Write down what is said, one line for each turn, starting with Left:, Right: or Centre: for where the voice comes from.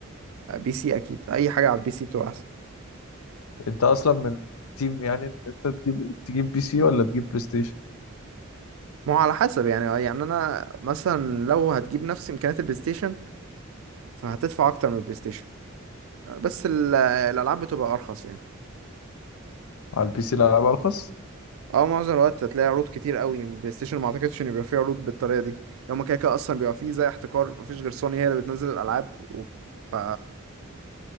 Right: بي سي اكيد اي حاجه على البي سي بتبقى احسن
Left: انت اصلا من تيم يعني ان انت تجيب تجيب بي سي ولا تجيب بلاي ستيشن
Right: ما هو على حسب يعني آه، يعني انا مثلا لو هتجيب نفس امكانيات البلاي ستيشن فهتدفع اكتر من البلاي ستيشن بس ال- الالعاب بتبقى ارخص يعني
Left: على البي سي الالعاب ارخص
Right: اه معظم الوقت هتلاقي عروض كتير قوي بلاي ستيشن ما اعتقدش ان يبقى فيه عروض بالطريقه دي يوم كده كده اصلا بيبقى فيه زي احتكار مفيش غير سوني هي اللي بتنزل الالعاب و... ف